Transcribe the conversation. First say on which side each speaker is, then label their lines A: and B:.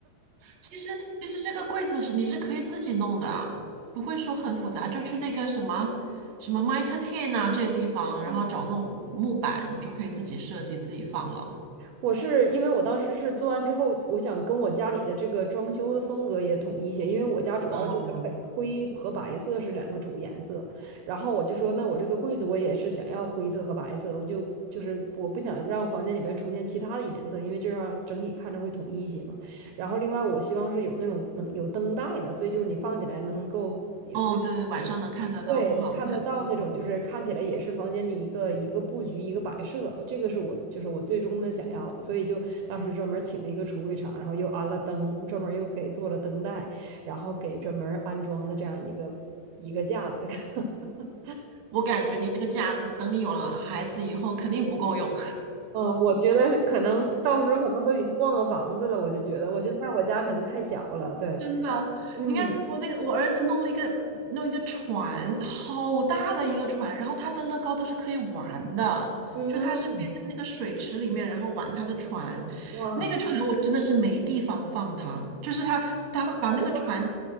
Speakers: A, on the right (about 60°); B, on the right (about 75°).
A: 其实其实这个柜子是你是可以自己弄的啊不会说很复杂，就去那个什么什么 Mitre Ten 啊这些地方，
B: <laughs>
A: 然后找那种木板，你就可以自己设计自己放了。
B: 我是因为我当时是做完之后，我想跟我家里的这个装修的风格也统一一些，因为我家主要就是黑灰和白色是两个主颜色，
A: 哦
B: 然后我就说，那我这个柜子我也是想要灰色和白色，我就就是我不想让房间里边出现其他的颜色，因为这样整体看着会统一一些嘛。然后另外我希望是有那种能有灯带的，所以就是你放起来能够。有
A: 哦，对，晚上能看得到，
B: 对，
A: 很好看。
B: 看得到那种，
A: 嗯，
B: 就是看起来也是房间的一个一个布局、一个摆设，这个是我就是我最终的想要的，所以就当时专门请了一个橱柜厂，然后又安了灯，专门又给做了灯带，然后给专门安装的这样一个一个架子。<laughs>
A: 我感觉你那个架子，等你有了孩子以后，肯定不够用。
B: 嗯，我觉得可能到时候可能都得换个房子了，我就觉得我现在我家可能太小了，对，
A: 真的，
B: 嗯
A: 你看我那个我儿子弄了一个弄一个船，好大的一个船，然后他的乐高都是可以玩的，
B: 嗯，
A: 就他是可以在那个水池里面，然后玩他的船。
B: 哇，
A: 那个船我真的是没地方放它，就是他他把那个船
B: 那好大，